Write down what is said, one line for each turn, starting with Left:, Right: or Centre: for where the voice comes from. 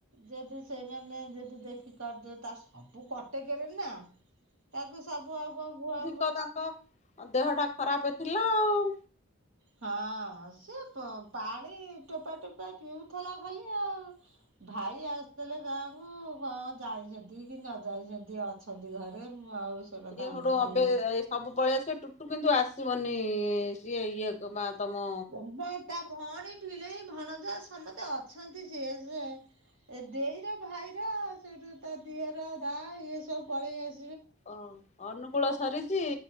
Right: ଯଦି ସେଇମାନେ ଯଦି ଦେଖି କରିଦେ ତାର ସବୁ କଟେକରେ ନା ତାକୁ ସବୁ ଆଉ କଣ କୁଆ
Left: ତ ତାଙ୍କ ଦେହଟା ଖରାପ ଥିଲା ଆଉ
Right: ହଁ ସିଏ ପାଣି ଟୋପା ଟୋପା ପିଉଥିଲା ଖାଲି ଆଉ ଭାଇ ଆସିଥିଲେ ଗାଁ କୁ କଣ ଜାଇଛନ୍ତି କି ନ ଯାଇଛନ୍ତି ଅ ଅଛନ୍ତି ଘରେ ମୁଁ ଆଉ ସେ କଥା
Left: ଇଏ ସେଠୁ
Right: ବୁଝିନି
Left: ଅବେ ସବୁ ପଳେଆ ସେ ଟୁଟୁ କିନ୍ତୁ ଆସିବନି ସିଏ ଇଏକୁ ତମା ତମ
Right: ଏବେଭଉଣୀ, ଭିଣେଇ, ଭଣଜା ସମସ୍ତେ ଅଛନ୍ତି ସିଏ ସେ ଏ ଦେଇର ଭାଇର ସେଠୁ ତା ଦିଅର ଦା ଇଏ ସବୁ ପଳେଇ ଆସ
Left: ଓ ଅନୁକୂଳ ସରିଛି